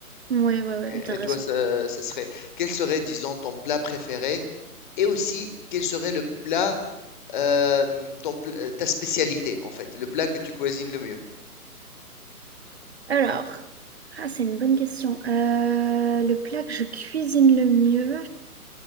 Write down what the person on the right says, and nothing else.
Ouais, ouais, ouais,
mais t'as
raison.
Alors, ah, c'est une bonne question. Euh, le plat que je cuisine le mieux,